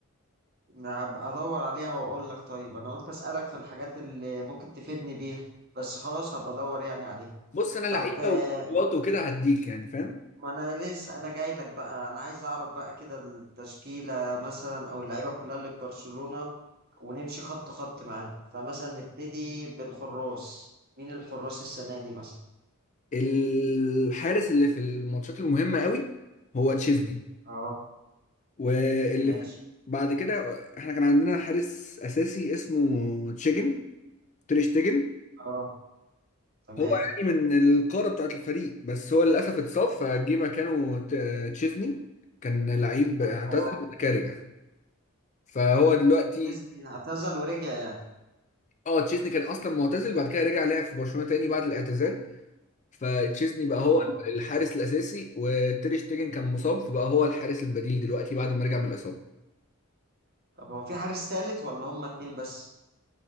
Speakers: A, on the right; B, on the left.
A: أنا هبقى ادور عليها واقول لك طيب انا قلت اسألك في الحاجات اللي ممكن تفيدني بيها بس خلاص هبقى ادور يعني عليها
B: بص انا لعيبه
A: طب آه،
B: وبطولات وكده هديك يعني فاهم
A: ما انا لسه انا جاي لك بقى انا عايز اعرف بقى كده التشكيلة مثلا او اللعيبة كلها اللي في برشلونة ونمشي خط خط معانا فمثلا نبتدي بالحراس مين الحراس السنة دي مثلا
B: الحارس اللي في الماتشات المهمه قوي هو تشيزني
A: اه
B: واللي
A: ماشي
B: في بعد كده احنا كان عندنا حارس اساسي اسمه تشيجن تريش تيجن
A: اه تمام
B: هو يعني من القاره بتاعت الفريق بس هو للاسف اتصاب فجه مكانه ت- تشيزني كان لعيب اعتزل
A: اه
B: كارجا فهو دلوقتي
A: ديزني اعتزل ورجع يعني
B: اه تشيزني كان اصلا معتزل بعد كده رجع لعب في برشلونه تاني بعد الاعتزال فتشيزني بقى هو
A: اه
B: الحارس الاساسي وتير شتيجن كان مصاب فبقى هو الحارس البديل دلوقتي بعد ما رجع من الاصابه
A: طب هو في حارس تالت ولا هما اتنين بس